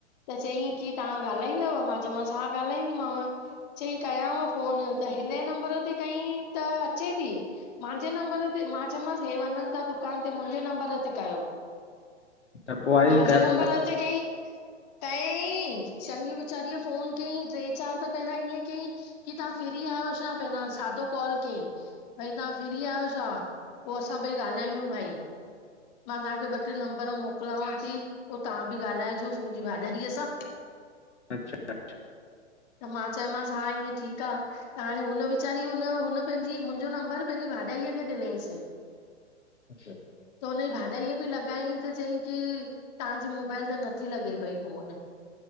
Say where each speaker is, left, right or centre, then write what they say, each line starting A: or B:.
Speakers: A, on the left (about 35°); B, on the left (about 70°).
A: त चयईं की तहां ॻाल्हाईंदव मां चयोमसि हा ॻाल्हाईंदीमांव चई कयांव फ़ोन त हिन नंबर ते कयईं त अचे ती मांजे नम्बर ते मां चयोमांसि, हे वञनि ता दुकान ते मुंहिंजे नम्बर ते कयो
B: त पोइ आई
A: मांजे
B: कर
A: नंबर ते कयईं। कयईं, चङी वीचारीअ फोन कयईं टे चारि त पहिरे ईअं कयईं। कि तहां फ्री आहियो छा? पहिरियां सादो कॉल कयईं। भई तहां फ्री आहियो छा पोइ असां ॿई ॻाल्हायूं, भई मां तहांखे ॿ टे नम् मोकिलांव, ती पोइ तहां बि ॻाल्हाइजोसि मुंहिंजी भाॼाईअ सां।
B: अच्छा।
A: त मां चयोमांसि हा ईंअ ठीकु आ। हाणे हुन वीचारी हुन हुन पंहिंजी मुंहिंजो नंबर पंहिंजी भाॼाईअ खे ॾिनईंस। <inaudible>
B: जी <inaudible>
A: त उन जी भाॼईअ बि लॻाईंस। चई की तहांजी मोबाइल ते नथी लॻे पई फोन।